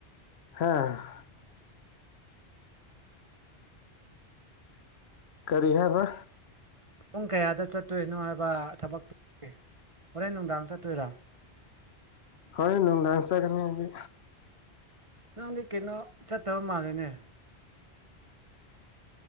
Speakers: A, on the left; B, on the right.
A: ꯍꯥꯥ ꯀꯔꯤ ꯍꯥꯏꯔ
B: ꯄꯨꯡ ꯀꯌꯥꯗ ꯆꯠꯇꯣꯏꯅꯣ ꯍꯥꯏꯕ ꯊꯕꯛꯇꯨ ꯍꯣꯔꯦꯟ ꯅꯨꯡꯗꯥꯡ ꯆꯠꯇꯣꯏꯔꯥ <unintelligible>
A: ꯍ ꯅꯨꯡꯗꯥꯡ ꯆꯠꯒꯅꯤ ꯍꯥꯏꯗꯤ
B: ꯅꯪꯗꯤ ꯀꯩꯅꯣ ꯆꯠꯇꯕ ꯃꯥꯜꯂꯦꯅꯦ